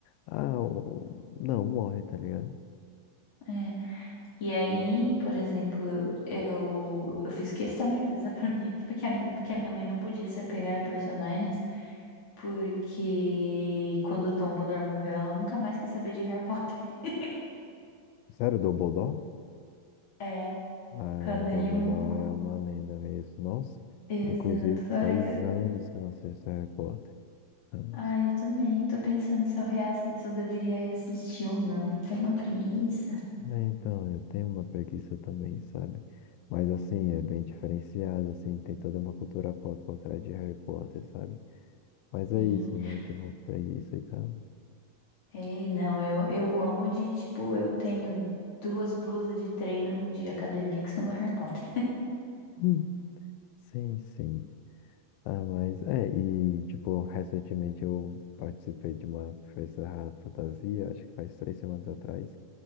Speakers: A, on the left; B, on the left.
A: Ah, o- não, morre, tá ligado?
B: é. E aí, por exemplo, eu, eu, eu fiz questão de avisar pra minha, <laughs> porque que a, que a minha mãe não podia se apegar a personagens, porque quando o Dumbledore morreu, ela nunca mais quis saber de Harry Potter. <laughs>
A: Sério, Dumbledore?
B: É,
A: Ah,
B: quando
A: o
B: ele
A: Dumbledore
B: morreu.
A: é uma lenda mesmo. Nossa,
B: Exato.
A: inclusive
B: Agora
A: faz
B: que eu.
A: anos que eu não assisto Harry Potter. Anos.
B: Ah, eu também. Tô pensando se eu, reass... se eu deveria reassistir ou não. Tem uma preguiça.
A: É, então, eu tenho uma preguiça também, sabe? Mas assim, é bem diferenciado, assim, tem toda uma cultura pop por trás de Harry Potter, sabe? Mas
B: Sim.
A: é isso, né? Tipo, preguiça e tal.
B: Ei, não, eu, eu amo de, tipo, eu tenho duas blusas de treino de academia que são do Harry Potter.
A: Hum. Sim, sim. Ah, mas é, e tipo, recentemente eu participei de uma festa ra- fantasia, acho que faz três semanas atrás.